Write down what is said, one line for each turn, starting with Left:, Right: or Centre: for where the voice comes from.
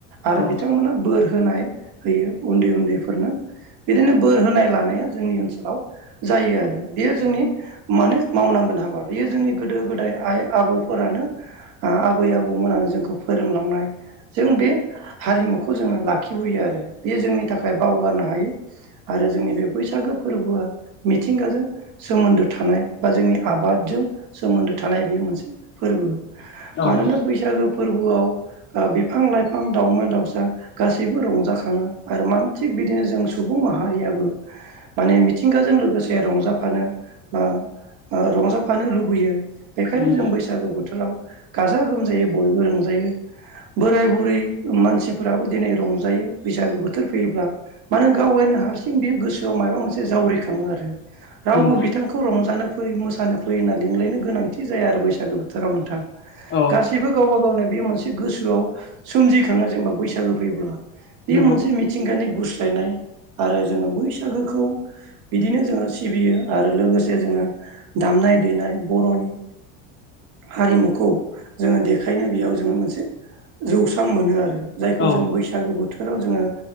Right: आरो
Left: औ
Right: बिथांमोना बोर फाय होयो उन्दै उन्दैफोरनो बिदिनो बोर होनाय लानाया जोंनि ओनसोलाव जायो आरो। बेयो जोंनि माने मावनांगोन हाबा बियो जोंनि गोदो गोदाय आइ आबौफोरानो आबै आबौमोननानै जोंखौ फोरोंलांनाय। जों बे हारिमुखौ जोङो लाखि फैयो आरो। बेयो जोंनि थाखाय बावगारनो हायै आरो जोंनि बे बैसागो फोरबोआ मिथिंगाजों सोमोन्दो थानाय बा जोंनि आबादजों सोमोन्दो थानाय बेयो मोनसे फोरबो‌।
Left: औ
Right: मानोना बैसागु फोरबोआव ओ बिफां लाइफां दाउमा दाउसा गासै रंजाखाङो आरो मान थिग बिदिनो जों सुबुं माहारियाबो माने मिथिंगाजों लोगोसे रंजाफानो ओ ओ रंजाफानो लुबैयो। बेखायनो
Left: नंगौ
Right: जों बैसागो बोथोराव गाजा गोमजायै बयबो रंजायो। बोराय बुरै मानसिफोराबो दिनै रंजायो बैसागो बोथोर फैयोब्ला। मानो गाव गायनो हारसिं बेयो गोसोआव माबा मोनसे जावरिखाङो आरो। रावबो
Left: नंगौ
Right: बिथांखौ रंजानो फै मोसानो फैयो होनना लिंलायनो गोनांथि जाया आरो बैसागो बोथोराव नोंथां।
Left: औ
Right: गासैबो गावबा गावनो बेयो मोनसे गोसोआव सोमजिखाङो जेनेबा बैसागो फो फैयोब्ला बियो
Left: नंगौ
Right: मोनसे मिथिंगानि गुस्लायनाय आरो जोङो बैसागोखौ बिदिनो जोङो सिबियो आरो लोगोसे जोङो दामनाय देनाय बर'नि हारिमुखौ जोङो देखायनो बेयाव जोङो मोनसे जौस्रां मोनो आरो। जाय खौ
Left: औ
Right: जोंङो बैसागो बोथोराव जोङो